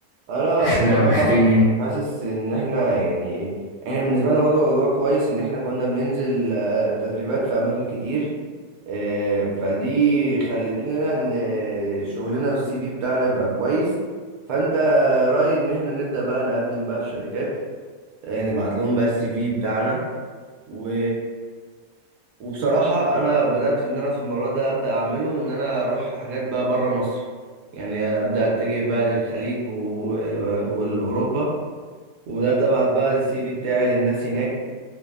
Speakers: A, on the right (about 80°); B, on the left (about 55°).
A: انا
B: احنا
A: بصراحه
B: محتاجين
A: بح-
B: ايه
A: حاسس ان احنا يعني ايه احنا بالنسبه لنا وضع وضع كويس ان احنا كنا بننزل آه، تدريبات في اماكن كتير آه، فدي خلتنا ان آه، شغلنا والسي في بتاعنا يبقى كويس فانت رايي ان احنا نبدا بقى نقدم بقى في شركات آه، نبعت لهم بقى السي في بتاعنا و... وبصراحة أنا بدأت إن أنا في المرة ده أبدأ أعمله إن أنا أروح حاجات بقى بره مصر يعني أبدأ أتجه بقى للخليج و... والأوروبا وبدأت أبعت بقى السي في بتاعي للناس هناك